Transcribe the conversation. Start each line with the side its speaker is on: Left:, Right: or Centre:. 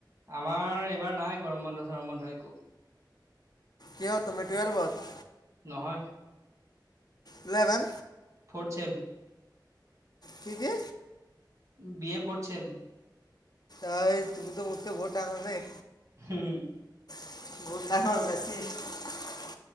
Right: আমাৰ এইবাৰ নাই গৰম বন্ধ চৰম বন্ধ একো।
Left: কিহত তুমি টুুৱেলভত?
Right: নহয়
Left: ইলেভেন।
Right: Fourth sem.
Left: কি কি?
Right: B A fourth sem.
Left: অই এইটো বস্তু বহুত ডাঙৰ দেই।
Right: হুম।
Left: <unintelligible>